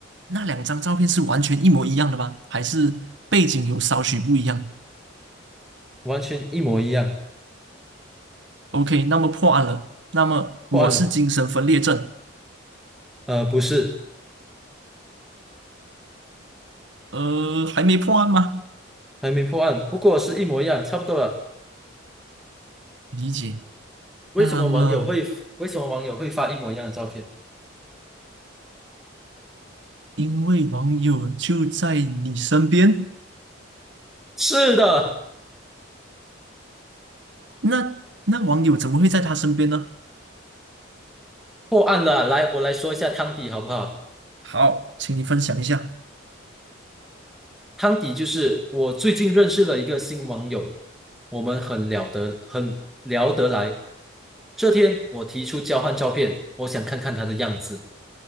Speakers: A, on the right (about 60°); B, in the centre.
A: 那两张照片是完全一模一样的吗？还是背景有稍许不一样
B: 完全一模一样。
A: ？OK，那么破案了。那么我是精神分裂症，
B: 破案了？呃，不是，
A: 呃，还没破案吗？
B: 还没破案，不过是一模一样，差不多了。
A: 理解。
B: 为什么网友会为什么网友会发一模一样的照片？
A: 那么，因为网友就在你身边，
B: 是的，
A: 那那网友怎么会在他身边呢？
B: 破案了。来，我来说一下汤底好不好？
A: 好，请你分享一下。
B: 汤底就是我最近认识了一个新网友，我们很聊得很聊得来。这天我提出交换照片，我想看看他的样子。